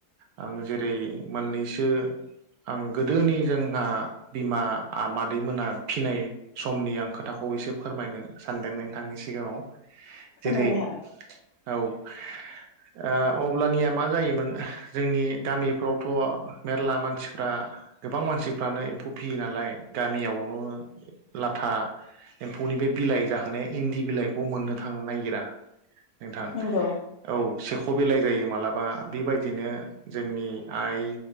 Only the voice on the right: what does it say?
आं जेरै मोननैसो आं गोदोनि जोंहा बिमा मादैमोना फिनाय समनि आं खोथाखौ एसे फोरमायनो सानदों नोंथांनि सिगाङाव
जेरै
औ ओ अब्लानिया मा जायोमोन जोंनि गामिफ्रावथ मेरला मानसिफ्रा गोबां मानसिफ्रानो एम्फौ फियो नालाय गामियाव <unintelligible> लाथा एम्फौनि बे बिलाइ जाहोनाय इन्दि बिलाइखौ मोननो थांनो नागिरा नोंथां
औ सेख बिलाइ जायो मालाबा बेबायदिनो जोंनि आइ